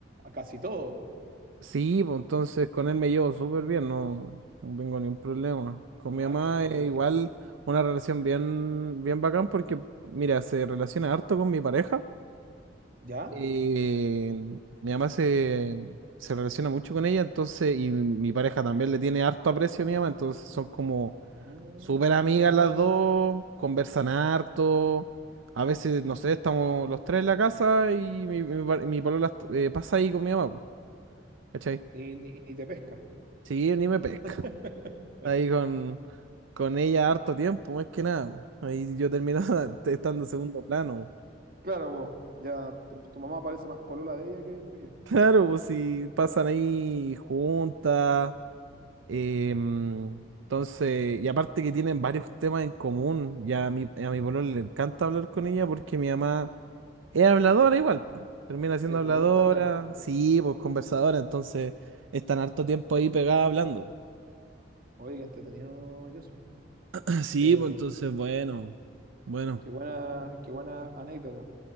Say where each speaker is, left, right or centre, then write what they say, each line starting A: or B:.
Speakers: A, on the right; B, on the right.
A: A casi todo, po.
B: Sí, pues entonces con él me llevo súper bien, no, no tengo ningún problema. Con
A: Ah,
B: mi mamá
A: que entreten.
B: es igual una relación bien, bien bacán porque, mira, se relaciona harto con mi pareja.
A: ¿Ya?
B: y mi mamá se, se relaciona mucho con ella, entonces, y mi, mi pareja también le tiene harto aprecio a mi mamá, entonces son como
A: Ah,
B: súper amigas
A: cacha.
B: las dos, conversan harto. A veces, no sé, estamos los tres en la casa y mi, mi, pa- mi polola est- eh, pasa ahí con mi mamá, po, ¿cachai?
A: Y ni, ni te pesca.
B: Sí, ni me pesca.
A: <laughs>
B: ahí con, con ella harto tiempo, más que nada. po. Ahí yo terminaba <laughs> estando en segundo plano. po.
A: Claro, po. Ya tu, tu mamá parece más polola de ella que tuyo.
B: Claro, pues si pasan ahí juntas. em, entonces, y aparte que tienen varios temas en común. Y a mi, a mi pololo le encanta hablar con ella porque mi mamá es habladora igual. po. Termina siendo
A: Sí, pues
B: habladora,
A: le gusta hablar, po.
B: sí, pues conversadora. Entonces, están harto tiempo ahí pegada hablando. po.
A: Oye, qué entretenido, Joshua.
B: <clears throat> Sí,
A: Qué,
B: pues entonces, bueno, bueno,
A: qué buena, qué buena anécdota.